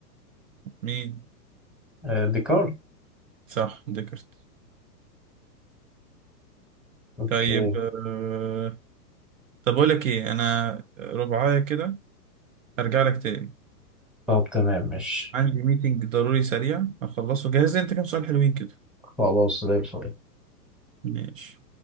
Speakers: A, on the right; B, in the centre.
A: مين
B: آه، ديكار
A: صح ديكارت
B: اوكي
A: طيب آه، طب أقول لك إيه أنا ربعاية كده هرجع لك تاني
B: طب تمام ماشي
A: عندي ميتنج ضروري سريع هخلصه جاهز أنت كام سؤال حلوين كده
B: خلاص زي الفل
A: ماشي